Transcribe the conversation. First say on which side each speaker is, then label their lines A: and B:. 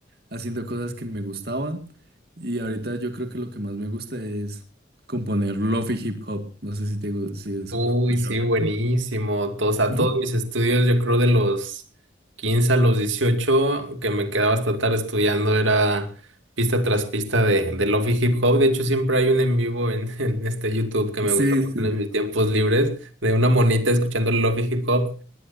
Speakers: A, on the right (about 55°); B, on the right (about 80°).
A: haciendo cosas que me gustaban. Y ahorita yo creo que lo que más me gusta es componer lofi hip hop. No sé si te gu- si has
B: Uy,
A: escuchado.
B: sí, buenísimo.
A: eso.
B: To- O sea,
A: Ujú.
B: todos mis estudios, yo creo de los 15 a los dieciocho que me quedaba hasta tarde estudiando, era pista tras pista de, de Lofi Hip Hop. De hecho, siempre hay un en vivo en, <laughs> en este YouTube que me
A: Sí,
B: gusta poner
A: sí.
B: en mis tiempos libres, de una monita escuchando Lofi Hip Hop.